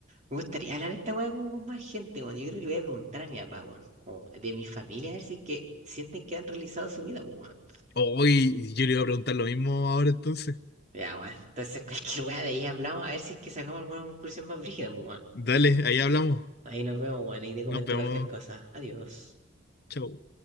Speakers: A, on the right (about 35°); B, on the left (about 50°).
A: Me gustaría hablar de esta weá como con más gente, weón. Yo creo que le voy a preguntar a mi papá, weón, como de mi familia, a ver si es que sienten que han realizado su vida, pues, weón.
B: Hoy yo le iba a preguntar lo mismo ahora entonces.
A: Ya, weón. Entonces, cualquier weá de ahí hablamos, a ver si es que sacamos alguna conclusión más brígida, pues, weón.
B: Dale, ahí hablamos.
A: Ahí nos vemos, weón, y te comento
B: Nos vemos.
A: cualquier cosa. Adiós.
B: Chau.